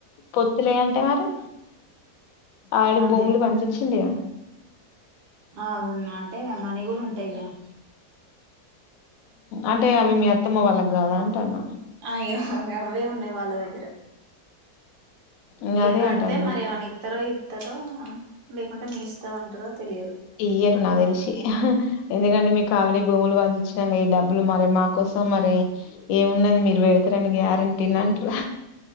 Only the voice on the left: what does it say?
పొత్తులే అంటే మరి ఆడి
భూములు పంచిచ్చిండుగా
అంటే అవి మీ అత్తమ్మ వాళ్ళకి కాదా అంటాన
ఇంగ
అదే
అంటాన్న
ఇయర్ నాకు తెలిసి ఎందుకంటే మీకు ఆల్రెడీ భూములు పంచిచ్చినక ఈ డబ్బులు మరి మా కోసం మరి ఏమున్నది మీరు వెడతారని గ్యారంటీని అంటారు